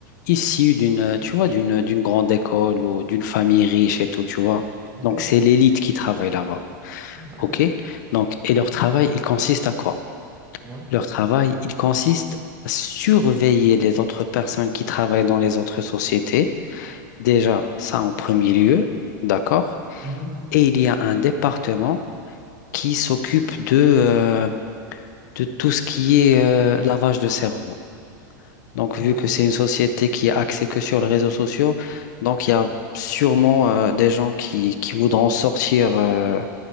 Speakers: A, on the left; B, on the right.
A: issu d'une, tu vois, d'une d'une grande école ou d'une famille riche et tout, tu vois.
B: OK?
A: Donc c'est l'élite qui travaille là-bas.
B: D'accord.
A: OK? Donc, et leur travail, il consiste à quoi?
B: Ouais.
A: Leur travail, il consiste à surveiller les autres personnes qui travaillent dans les autres sociétés Déjà, ça en premier lieu, d'accord?
B: Mhm.
A: Et il y a un département qui s'occupe de, euh, de tout ce qui est euh, lavage de cerveau. Donc,
B: D'accord.
A: vu que c'est une société qui est axée que sur les réseaux sociaux, donc il y a sûrement euh, des gens qui, qui voudront sortir euh,